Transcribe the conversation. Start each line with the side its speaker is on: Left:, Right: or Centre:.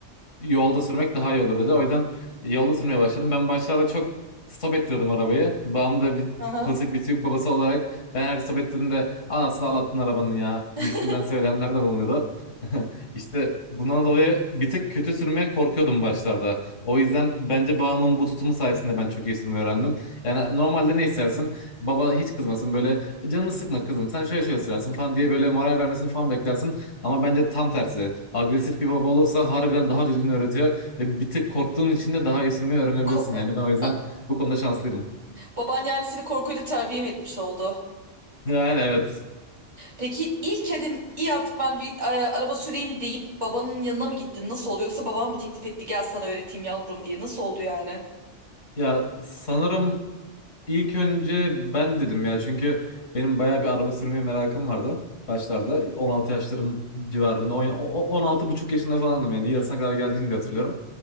Left: yolda sürmek daha iyi olur dedi. O yüzden yolda sürmeye başladım. Ben başlarda çok stop ettirdim arabayı. Babam da bir
Right: Aha.
Left: klasik bir Türk babası olarak ben her stop ettiğimde anasını ağlattın arabanın ya
Right: <laughs>
Left: gibisinden söyleyenler de bulunuyordu. <laughs> İşte bundan dolayı bir tık kötü sürmeye korkuyordum başlarda. O yüzden bence babamın bu tutumu sayesinde ben çok iyi sürmeyi öğrendim. Yani normalde ne istersin? Baba hiç kızmasın böyle canını sıkma kızım sen şöyle şöyle sürersin falan diye böyle moral vermesini falan beklersin. Ama bence tam tersi. Agresif bir baba olursa harbiden daha düzgün öğretiyor ve bir tık korktuğun için de daha esirmeyi öğrenebiliyorsun.
Right: Ko-
Left: Yani ben o yüzden
Right: A-
Left: bu konuda şanslıydım.
Right: Baban yani seni korkuyla terbiye mi etmiş oldu?
Left: Yani evet.
Right: Peki ilk edin iyi artık ben bir e, araba süreyim deyip babanın yanına mı gittin? Nasıl oldu? Yoksa baban mı teklif etti gel sana öğreteyim yavrum diye. Nasıl oldu yani?
Left: Ya sanırım İlk önce ben dedim ya çünkü benim bayağı bir araba sürmeye merakım vardı başlarda. 16 yaşlarım civarında, 10 o- 16 buçuk yaşında falandım yani yarısına kadar geldiğini de hatırlıyorum.